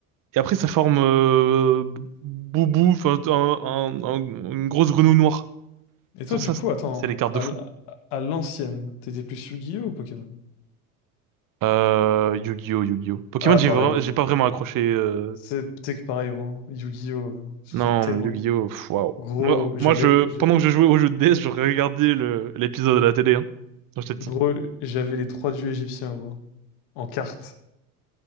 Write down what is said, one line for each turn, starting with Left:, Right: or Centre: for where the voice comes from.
Right: Et après, ça forme euh, b- Boubou, enfin, un- un- un- une grosse grenouille noire.
Left: Et toi,
Right: Ça,
Left: du
Right: ça,
Left: coup, attends,
Right: c'est les cartes
Left: à
Right: de fou.
Left: l- à l'ancienne, t'étais plus Yu-Gi-Oh ou Pokémon?
Right: Euh, Yu-Gi-Oh, Yu-Gi-Oh. Pokémon,
Left: Ah,
Right: j'ai
Left: pareil.
Right: vraiment, j'ai pas vraiment accroché. euh,
Left: C'est peut-être que pareil, vraiment. Yu-Gi-Oh, hein. j'ai
Right: Non,
Left: tellement...
Right: mais Yu-Gi-Oh,
Left: eu-
Right: pff, waouh.
Left: Gros,
Right: Moi,
Left: j'avais...
Right: moi, je,
Left: je-
Right: pendant que je jouais au jeu de DS, je regardais le, l'épisode à la télé, hein, quand j'étais petit.
Left: Gros, j'avais les trois dieux égyptiens, gros, en carte.